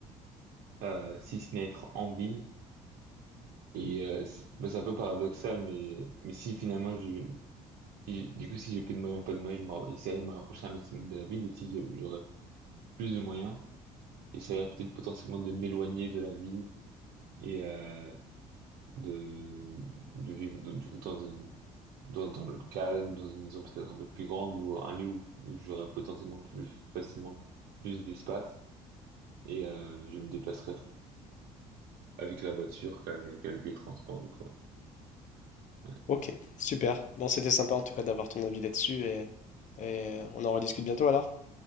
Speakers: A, on the right (about 55°); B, on the left (about 40°).
A: euh, si ce n'est être en ville. Et euh, c'est- bah, c'est un peu paradoxal, mais, mais si finalement, je, si- du coup, si j'ai plus de moyens, pas de moyens, je m'en- j'essaierai de me rapprocher un maximum de la ville. Et si j'ai- j'aurais plus de moyens, j'essaierai peut-être potentiellement de m'éloigner de la ville et euh, de, de vivre de- du coup dans, une- dans, dans le calme, dans une maison peut-être un peu plus grande ou un lieu où, où j'aurais potentiellement plus facilement plus d'espace. Et euh, je me déplacerai avec la voiture qu'avec qu'avec les transports, du coup. Ouais. Ouais.
B: Ok, super. Bon, c'était sympa en tout cas d'avoir ton avis là-dessus et, et on en rediscute bientôt alors.